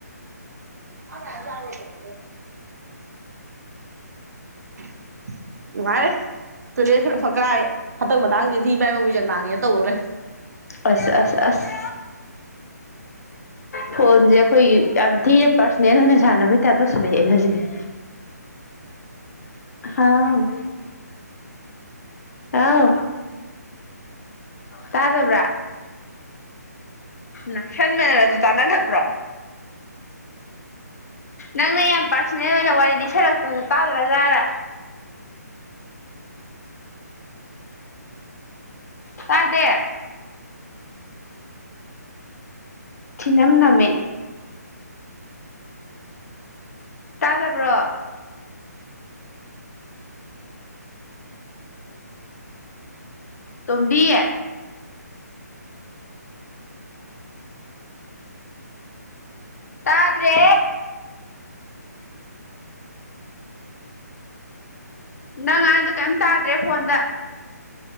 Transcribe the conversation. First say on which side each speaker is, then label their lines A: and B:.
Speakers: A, on the right (about 65°); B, on the left (about 60°).
A: ꯑ ꯑꯗꯨ ꯍꯥꯏꯦ ꯑꯗꯨꯗꯤ <inaudible> ꯅꯨꯡꯉꯥꯏꯔꯦ ꯇꯣꯏꯂꯦꯠ ꯈꯔ ꯐꯛꯀꯥꯏ ꯍꯊꯛ ꯃꯇꯊꯥꯡꯁꯤꯗꯗꯤꯤ ꯃꯥꯏꯕꯕꯨꯖꯟ ꯃꯥꯡꯉꯦꯅ ꯇꯧꯗꯣꯔꯦ <inaudible>
B: ꯑꯁ ꯑꯁ ꯑꯁ ꯐꯣꯟꯁꯦ ꯑꯩꯈꯣꯏ ꯌꯥꯝ ꯊꯤꯅ ꯄꯥꯔꯁꯣꯅꯦꯜ ꯑꯣꯏꯅ ꯁꯥꯟꯅꯕꯩꯇꯥꯔ ꯇꯧꯁꯜꯂꯛꯑꯦꯅ ꯍꯧꯖꯤꯗꯤ ꯍꯥꯎ ꯑꯥꯎ ꯇꯥꯗꯕ꯭ꯔꯥ ꯅꯛꯁꯟ ꯃꯦꯟꯅꯔꯁꯨ ꯇꯥꯟꯅꯗꯕ꯭ꯔꯣ ꯅꯪꯅ ꯌꯥꯝ ꯄꯥꯔꯁꯣꯅꯦꯜ ꯑꯣꯏꯅ ꯋꯥꯔꯤ ꯂꯤꯁꯜꯂꯛꯇꯣꯅ ꯇꯥꯗ꯭ꯔ ꯖꯥꯠꯔ ꯇꯥꯗꯦ ꯊꯤꯅꯝ ꯅꯝꯃꯦ ꯇꯥꯗꯕ꯭ꯔꯣ ꯇꯣꯝꯕꯤ ꯇꯥꯗ꯭ꯔꯦ ꯅꯪ ꯉꯥꯟꯗꯣ ꯀꯩꯝ ꯇꯥꯗ꯭ꯔꯦ ꯐꯣꯟꯗ